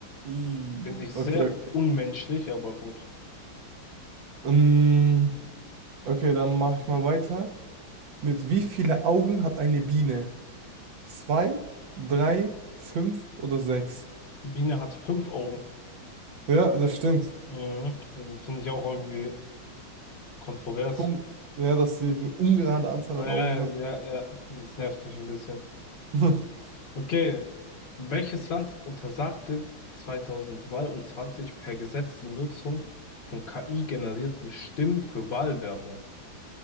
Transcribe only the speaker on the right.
I-
Okay.
Ähm, okay, dann mache ich mal weiter. Mit wie viele Augen hat eine Biene? Zwei, drei, fünf oder sechs?
Ja, das stimmt.
Um, ja, dass sie eine ungerade Anzahl
an Augen hat.
<laughs>